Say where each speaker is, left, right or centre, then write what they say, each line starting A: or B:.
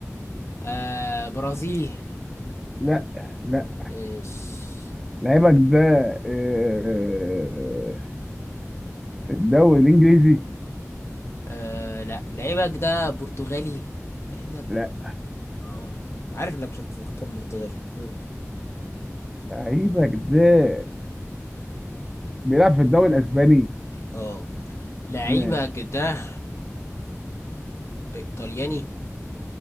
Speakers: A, on the left; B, in the centre.
A: آه برازيلي
B: لا لا
A: إيش.
B: لعيبك ده آه، في الدوري الإنجليزي
A: آه لا لعيبة جده برتغالي احنا
B: لا
A: اه عارف انك مش هتختار برتغالي مم.
B: لعيبك ده بيلعب في الدوري الاسباني
A: اه لعيبة
B: ماشي
A: جده ايطالياني